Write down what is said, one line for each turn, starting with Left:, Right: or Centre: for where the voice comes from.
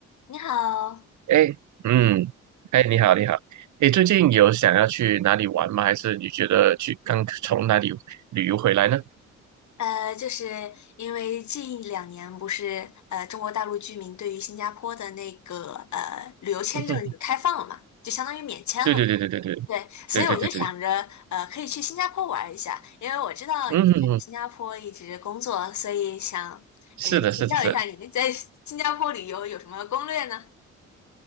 Left: 你好，
Right: 哎，嗯，哎，你好，你好，哎，最近有想要去哪里玩吗？还是你觉得去刚从哪里旅游回来呢？
Left: 呃，就是因为近两年不是呃中国大陆居民对于新加坡的那个呃旅游签证有开放了嘛，
Right: 嗯哼，
Left: 就相当于免签了嘛，
Right: 对对对对对对
Left: 对，所以我就想着呃可以去新加坡玩一下，
Right: 对对对对，
Left: 因为我知道你在新加坡一直工作，
Right: 嗯哼哼，
Left: 所以想就是请教一下你在新加坡旅游有什么攻略呢？
Right: 是的，是的，是的